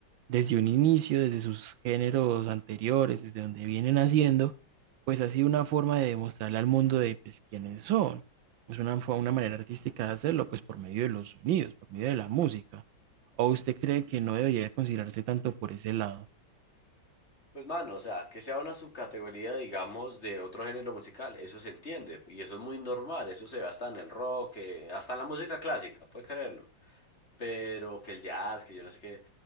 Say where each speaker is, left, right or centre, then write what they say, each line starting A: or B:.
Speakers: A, on the right; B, on the left.
A: desde un inicio, desde sus géneros anteriores, desde donde vienen haciendo, pues ha sido una forma de demostrarle al mundo de pues, quiénes son. Es una, fue una manera artística de hacerlo, pues por medio de los sonidos, por medio de la música. ¿O usted cree que no debería considerarse tanto por ese lado?
B: Pues mano, o sea, que sea una subcategoría, digamos, de otro género musical, eso se entiende, y eso es muy normal, eso se ve hasta en el rock, eh, hasta en la música clásica, puede creerlo. pero que el jazz, que yo no sé qué,